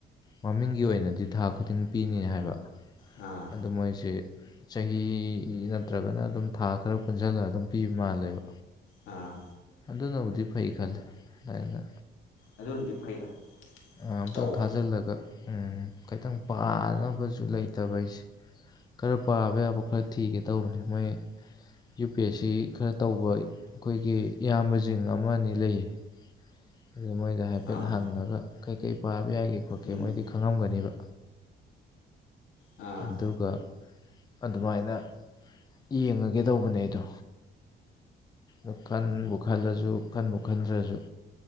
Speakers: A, on the left; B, on the left.
A: ꯃꯃꯤꯡꯒꯤ ꯑꯣꯏꯅꯗꯤ ꯊꯥ ꯈꯨꯗꯤꯡ ꯄꯤꯅꯤ ꯍꯥꯏꯕ
B: ꯎꯥ
A: ꯑꯗꯨꯗ ꯃꯣꯏꯁꯤ ꯆꯍꯤ ꯅꯠꯇ꯭ꯔꯒꯅ ꯑꯗꯨꯝ ꯊꯥ ꯈꯔ ꯄꯨꯟꯁꯤꯜꯂꯒ ꯑꯗꯨꯝ ꯄꯤꯕ ꯃꯥꯜꯂꯦꯕ
B: ꯑꯥ
A: ꯑꯗꯨꯅꯕꯨꯗꯤ ꯐꯩ ꯈꯂꯦ ꯑꯅ
B: ꯑꯗꯨꯅꯗꯤ ꯐꯩꯗ
A: ꯑꯝꯇꯪ
B: ꯇꯧꯋꯣ
A: ꯊꯥꯖꯤꯜꯂꯒ ꯎꯝ ꯈꯩꯇꯪ ꯄꯥꯅꯕꯁꯨ ꯂꯩꯇꯕ ꯑꯩꯁꯦ꯫ ꯈꯔ ꯄꯥꯕ ꯌꯥꯕ ꯈꯔ ꯊꯤꯒꯦ ꯇꯧꯕꯅꯦ ꯃꯣꯏ ꯌꯨ ꯄꯤ ꯑꯦꯁ ꯁꯤ ꯈꯔ ꯇꯧꯕ ꯑꯩꯈꯣꯏꯒꯤ ꯏꯌꯥꯝꯕ ꯖꯤꯡ ꯑꯃ ꯑꯅꯤ ꯂꯩꯌꯦ꯫ ꯑꯗꯨ ꯃꯣꯏꯗ ꯍꯥꯏꯐꯦꯠ
B: ꯑꯥ
A: ꯍꯪꯉꯒ ꯀꯩꯀꯩ ꯄꯥꯕ ꯌꯥꯒꯦ ꯈꯣꯠꯀꯦ
B: ꯎꯝ
A: ꯃꯣꯏꯗꯤ ꯈꯪꯉꯝꯒꯅꯦꯕ꯫
B: ꯎꯥ
A: ꯑꯗꯨꯒ ꯑꯗꯨꯃꯥꯏꯅ ꯌꯦꯡꯉꯒꯦ ꯇꯧꯕꯅꯦ ꯑꯩꯗꯣ꫰꫰ ꯑꯗꯨ ꯈꯟꯕꯨ ꯈꯜꯂꯁꯨ ꯈꯟꯕꯨ ꯈꯟꯗ꯭ꯔꯁꯨ